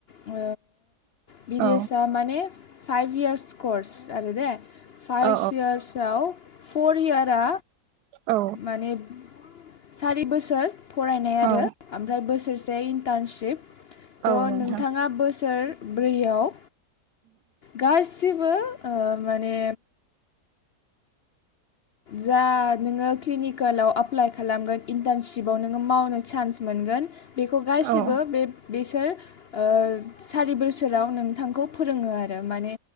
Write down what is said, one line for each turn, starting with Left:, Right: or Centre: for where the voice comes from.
Left: ओ बिदिएसया
Right: औ
Left: माने फाइभ इयार्स कर्स। आरो दे फाइभस
Right: औ
Left: इयार्सआव फर इयारा
Right: औ
Left: माने सारि बोसोर फरायनाय आरो
Right: औ
Left: ओमफ्राय बोसोरसे इन्टार्नसिप थ'
Right: औ नोंथां
Left: नोंथाङा बोसोरब्रैयाव गासिबो ओ माने जा नोङो क्लिनिकेलाव एप्लाइ खालामगोन इन्टार्नशपाव नोङो मावनो चान्स मोनगोन बेखौ गासिबो
Right: औ
Left: बे बेसोर ओ सारि बोसोराव नोंथांखौ फोरोङो आरो माने